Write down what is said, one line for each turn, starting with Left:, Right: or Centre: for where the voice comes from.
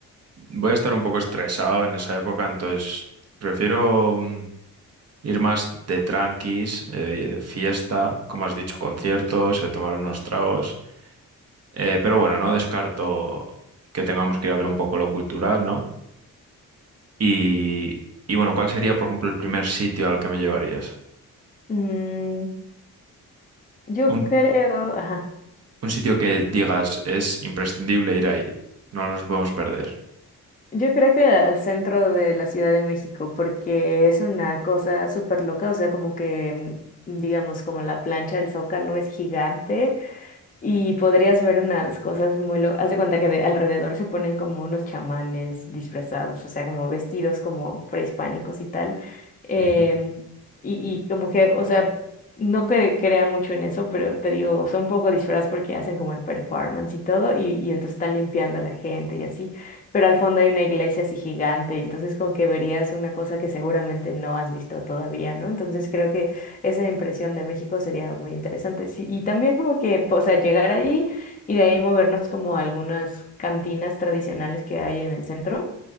Right: voy a estar un poco estresado en esa época, entonces prefiero mm, Ir más de tranquis, eh, fiesta, como has dicho, conciertos, eh, tomar unos tragos. Eh, pero bueno, no descarto que tengamos que ir a ver un poco lo cultural, ¿no? Y, y bueno, ¿cuál sería, por ejemplo, el primer sitio al que me llevarías?
Left: Mm, yo
Right: Un,
Left: creo, ajá.
Right: un sitio que digas es imprescindible ir ahí, no nos podemos perder.
Left: Yo creo que al centro de la Ciudad de México, porque es una cosa súper loca, o sea, como que, mm, digamos, como la plancha del Zócalo es gigante y podrías ver unas cosas muy locas. Haz de cuenta que de alrededor se ponen como unos chamanes disfrazados, o sea, como vestidos como prehispánicos y tal. Em,
Right: Ujú,
Left: y, y como que, o sea, no que crea mucho en eso, pero te digo, son un poco disfraz porque hacen como el performance y todo, y, y entonces están limpiando a la gente y así. Pero al fondo hay una iglesia así gigante, entonces como que verías una cosa que seguramente no has visto todavía, ¿no? Entonces creo que esa impresión de México sería muy interesante. Sí, y también como que, pues, o sea, llegar ahí y de ahí movernos como a algunas cantinas tradicionales que hay en el centro.